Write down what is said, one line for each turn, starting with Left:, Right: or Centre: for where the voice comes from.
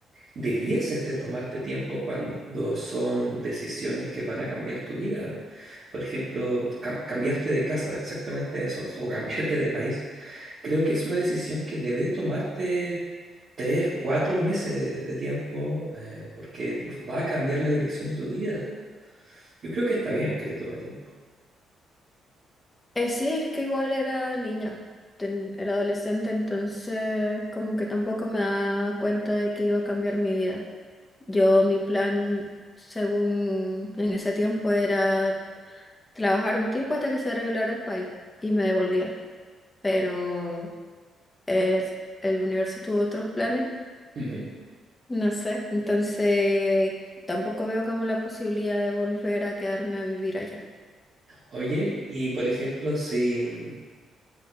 Right: debieses de tomarte tiempo cuando son decisiones que van a cambiar tu vida. por ejemplo, cam- cambiarte de casa, exactamente eso, o cambiarte de país, creo que es una decisión que debe de tomarte tres, cuatro meses de, de tiempo, eh, porque va a cambiar la dirección de tu vida. Yo creo que está bien que te tome tiempo.
Left: Eh, sí, es que igual era niña, ten- era adolescente, entonces como que tampoco me daba cuenta de que iba a cambiar mi vida. Yo, mi plan, según en ese tiempo, era trabajar un tiempo hasta que se arreglara el país y me devolvía, pero eh, el universo tuvo otros planes
Right: Ujú.
Left: No sé, entonces tampoco veo como la posibilidad de volver a quedarme a vivir allá.
Right: Oye, y por ejemplo, si mm,